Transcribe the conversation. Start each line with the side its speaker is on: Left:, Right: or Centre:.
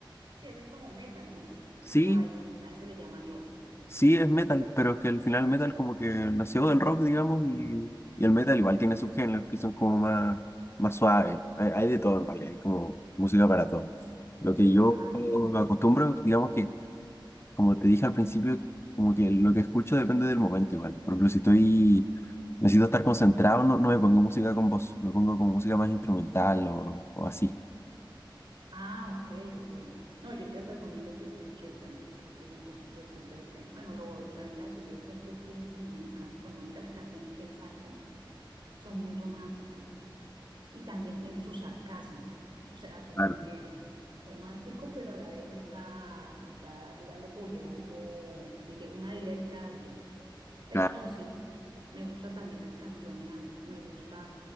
Right: Sí, ese es como metal, ¿no?
Left: Sí,
Right: O ahí es- a ese le llama rock.
Left: Sí, es metal, pero es que al final el metal como que nació del rock, digamos, y, y el metal igual tiene subgéneros que son como más, más suaves. Hay, hay de todo en realidad, hay como música para todo. Lo que
Right: Ah,
Left: yo
Right: ok.
Left: acostumbro, digamos que, como te dije al principio, como que lo que escucho depende del momento igual. Por ejemplo, si estoy, necesito estar concentrado, no, no me pongo música con voz, me pongo como música más instrumental o, o así.
Right: Ah, ok, ok. No, yo te recomiendo que escuches, bueno, que escuches un poquito de Silvestre. Bueno, lo, la ventaja de Silvestre es que él tiene como, un ca- bueno, ahorita las canciones que él sacó son muy románticas y también tiene su sarcasmo, <laughs> o sea, como
Left: Claro,
Right: que romántico, pero a la vez está, está tirando puya, algo, dire- una directa a alguien. Pero
Left: claro.
Right: no, sí, me gustan también las canciones, ant- me gusta